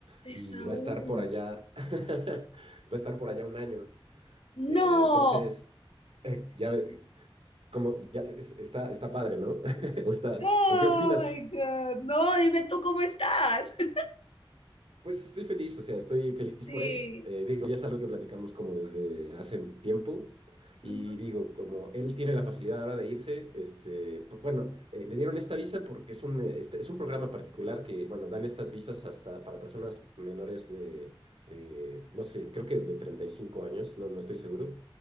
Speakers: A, on the right; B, on the left.
A: y
B: Esaú.
A: va a estar por allá, <laughs> va a estar por allá un año.
B: No.
A: Eh, entonces, eh, ya, ve- como, ya es- está, está padre, ¿no? <laughs> O está,
B: Oh
A: ¿o ¿qué opinas?
B: my God. No, dime tú cómo estás. <laughs>
A: Pues estoy feliz, o sea, estoy feliz
B: Sí.
A: por él. Eh, digo, ya es algo que platicamos como desde hace tiempo. Y
B: Ujú.
A: digo, como él tiene la facilidad ahora de irse, este, p- bueno, eh, le dieron esta visa porque es un, eh, este- es un programa particular que, bueno, dan estas visas hasta para personas menores de, eh, no sé, creo que de 35 años, no, no estoy seguro.